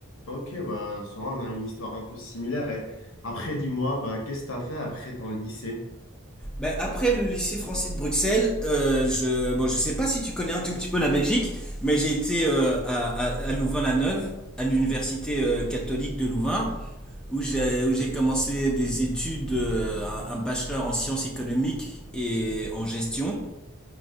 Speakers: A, on the left; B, in the centre.
A: Ok, bah, ça, on a une histoire un peu similaire. Et après, dis-moi, bah, qu'est-ce que tu as fait après ton lycée?
B: Ben, après le lycée français de Bruxelles, euh, je, bon, je sais pas si tu connais un tout petit peu la Belgique, mais j'ai été euh, à, à, à Louvain-la-Neuve, à l'université euh, catholique de Louvain. où j'ai où j'ai commencé des études, euh, un un bachelor en sciences économiques et en gestion.